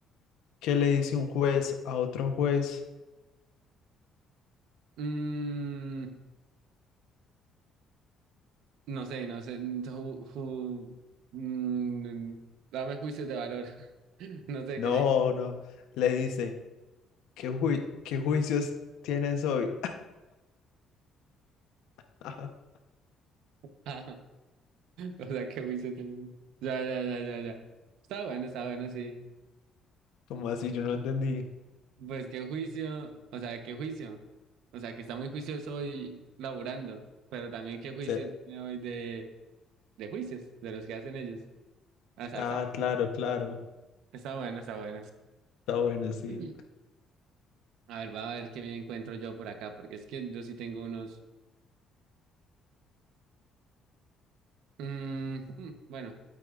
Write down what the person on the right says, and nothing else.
Mm, no sé, no sé. mm, ju- ju- mm, dame juicios de valor. <laughs> No sé
qué le.
<laughs> O sea, qué juicio tiene. Ya, ya, ya, ya, ya. Está bueno, está bueno, sí.
Pues qué juicio, o sea, qué juicio. O sea, que está muy juicioso hoy laburando, pero también qué juicio
tiene hoy de, de juicios, de los que hacen ellos. O sea,
está,
está bueno, está bueno.
<clears throat>
A ver, va a ver qué me encuentro yo por acá, porque es que yo sí tengo unos... mm, mm, bueno.